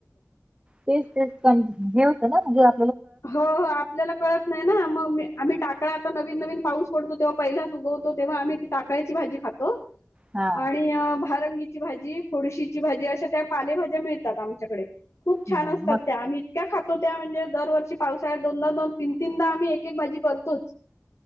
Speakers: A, on the right; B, on the left.
A: तेच तेच कन हे होतं ना म्हणजे आ
B: ह हो आपल्याला कळत नाही ना मग मी आम्ही टाकळा आता नवीन नवीन पाऊस पडतो तेव्हा पहिलाच उगवतो, तेव्हा आम्ही ती टाकळ्याची भाजी खातो.
A: हा
B: आणि अ भारंगी ची भाजी, फोडुशीची भाजी अश्या त्या पालेभज्या मिळतात आमच्याकडे. खूप छान
A: हा.
B: असतात
A: मग
B: त्या आम्ही इतक्या खातो त्या म्हणजे दरवर्षी पावसाळ्यात दोनदा दोन तीन तीनदा आम्ही एक एक भाजी करतोच.